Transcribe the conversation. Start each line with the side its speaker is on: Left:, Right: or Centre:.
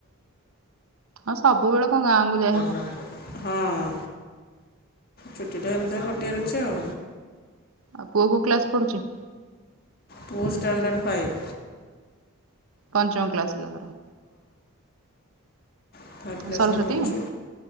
Right: ହଁ ସବୁବେଳେ କଁ ଗାଁକୁ ଯାଇହବ?
Left: ସାଙ୍ଗେ ପଠା। ହଁ। ଛୁଟି ଟା ଏମିତିଆ କଟିଆର ଅଛି ଆଉ।
Right: ଆଉ ପୁଅ କୋଉ କ୍ଲାସ ପଢୁଚି?
Left: ପୁଅ ଷ୍ଟାଣ୍ଡାର୍ଡ଼ ଫାଇଭ୍।
Right: ପଞ୍ଚମ କ୍ଲାସ। ତେଲ ଗରମ
Left: ଅପ୍ଲା ରେ କ୍ଲାସ
Right: ସରସ୍ଵତୀ
Left: ରେ ପଢ଼ୁଛି।